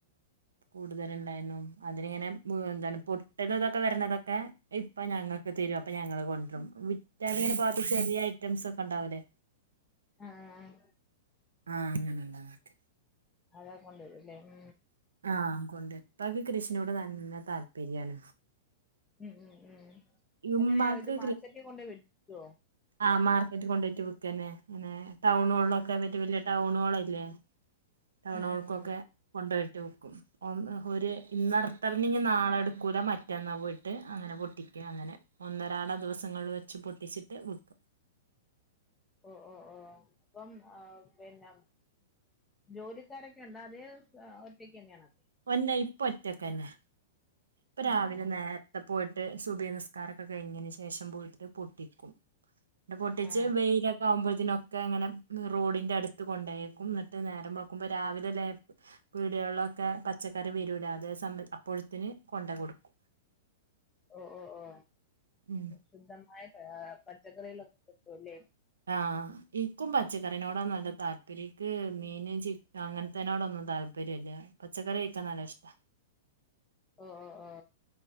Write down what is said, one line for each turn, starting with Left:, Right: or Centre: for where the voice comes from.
Right: കൂടുതൽ ഉണ്ടായിരുന്നു അതിനിങ്ങനെ പൊട്ടലുംതൊക്കെ വരണത്തൊക്കെ ഇപ്പ ഞങ്ങൾക്ക് തരും വിറ്റ് പോവാത്ത ചെറിയ ഐറ്റം ഒക്കെ
Left: ആഹ
Right: ആഹ അങ്ങനെണ്ടതൊക്കെ
Left: അതാ കൊണ്ടുവരുംല്ലേ ഉം
Right: ആഹ കൊണ്ട്വരും ഉപ്പക്ക് കൃഷിനോട് നന്ന താല്പര്യമാണ്
Left: ഉം ഉം ഉം
Right: ഉമ്മാക്ക്
Left: എങ്ങനെയ ഇത് മാർക്കറ്റിൽ കൊണ്ട വിക്കോ
Right: ആ മാർക്കറ്റ് കൊണ്ടോട്ട് വെക്കന്നെ അങ്ങനെ ടൗണുകളൊക്കെ വിറ്റ് വല്യ ടൗൺ ഹോളില്ലേ ടൗണുകൾക്കൊക്കെ
Left: ഉം ഉം ഉം
Right: കൊണ്ടേയിട്ട് വിക്കും. ഒന്ന് ഒരു ഇന്ന്
Left: ഉം.
Right: അർത്ത നാളെ എടുക്കൂല മറ്റന്നാ പോയിട്ട് അങ്ങനെ പൊട്ടിക്കും അങ്ങനെ ഒന്നരാട ദിവസങ്ങളിൽ വെച്ച് പൊട്ടിച്ചിട്ട് വിക്കും
Left: ഓ ഓ ഓ ഇപ്പം ആ പിന്നെ ജോലിക്കാരൊക്കെ ഉണ്ടോ അതേ ഒറ്റക്കന്നേണോ
Right: പൊന്നെ ഇപ്പ ഒറ്റക്കന്നേ. ഇപ്പൊ
Left: ആ
Right: രാവിലെ
Left: ആ
Right: നേര്ത്തെ പോയിട്ട് സുബഹി നിസ്കാരൊക്കെ കഴിഞ്ഞിന് ശേഷം പോയിട്ട് പൊട്ടിക്കും. എന്റെ പൊട്ടിച്ച്
Left: ആ
Right: വെയിലൊക്കെ ആകുമ്പോ ഇതിനൊക്കെ അങ്ങനെ റോഡിൻ്റെ അടുത്ത് കൊണ്ടായേക്കും എന്നിട്ട് നേരം വെളുക്കുമ്പോൾ രാവിലെല്ലേ പീടികളിലൊക്കെ പച്ചക്കറി വരൂലേ അതേ സമയം അപ്പോഴത്തിന് കൊണ്ടയ് കൊടുക്കും.
Left: ഓ ഓ ഓ
Right: ഉം
Left: ശുദ്ധ മായ ആ പച്ചക്കറികളൊക്കെ കൂട്ടി
Right: ആ ഇൻക്കും പച്ചക്കറിനോടാ നല്ല താല്പര്യം ഇക്ക് മീന് ചിക് അങ്ങൻത്തേനോടൊന്നും താല്പര്യംല്യ. പച്ചക്കറി കഴിക്കാൻ നല്ല ഇഷ്ടാ
Left: ഓ ഓ ഓ